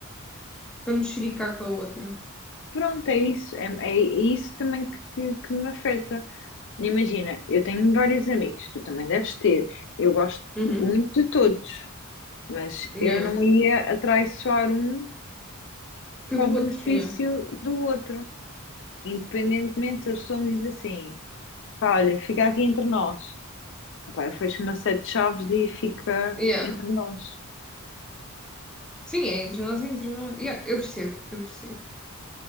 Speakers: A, in the centre; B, on the left (about 60°).
A: Para mexericar com a outra.
B: Pronto, é isso. É, é isso também que, que, que me afeta. Imagina, eu tenho vários amigos, tu também deves ter. Eu gosto
A: Uhum.
B: muito de todos, mas
A: Yeah.
B: eu não ia atraiçoar um
A: Pelo
B: para o benefício
A: outro, yeah.
B: do outro. Independentemente se a pessoa me diz assim, pá, olha, fica aqui entre nós. Epá, eu fecho uma sete de chaves e fica
A: Yeah.
B: entre nós.
A: Sim, é entre nós, é entre nós. Yeah, eu percebo, eu percebo.